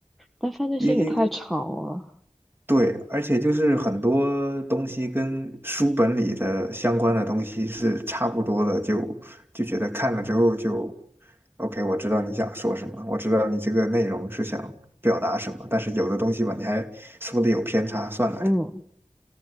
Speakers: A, in the centre; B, on the right (about 15°).
A: 但犯罪心理太长了。
B: 因因对，而且就是很多东西跟书本里的相关的东西是差不多的，就就觉得看了之后就，OK，我知道你想说什么，我知道你这个内容是想表达什么，但是有的东西吧，你还说的有偏差，算了，
A: 嗯，